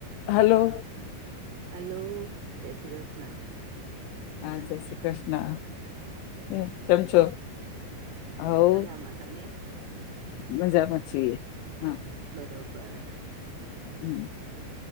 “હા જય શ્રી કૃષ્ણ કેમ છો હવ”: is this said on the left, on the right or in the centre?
Left